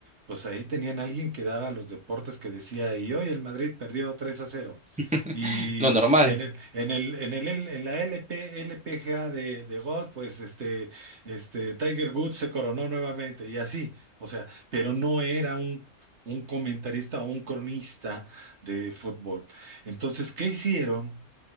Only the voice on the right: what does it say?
pues ahí tenían alguien que daba los deportes que decía, y hoy el Madrid perdió tres a cero
Y
en el, en el, en el, L- en la LP, LPGA de, de golf, pues este, este, Tiger Woods se coronó nuevamente y así, o sea, pero no era un, un comentarista o un cronista de fútbol. Entonces, ¿qué hicieron?